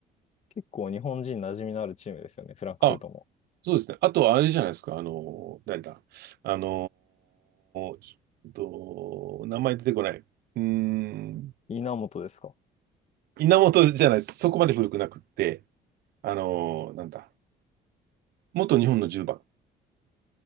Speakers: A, on the left (about 40°); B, on the right (about 70°).
A: 結構日本人馴染みのあるチームですよね、フランクフルトも。
B: あ、そうですね。あと、あれじゃないですか。あの、誰だ。あのー、ちょっと、名前出てこない。うーん、
A: 稲本ですか
B: 稲本じゃないです。そこまで古くなくって、あのー、なんだ。元日本の10番。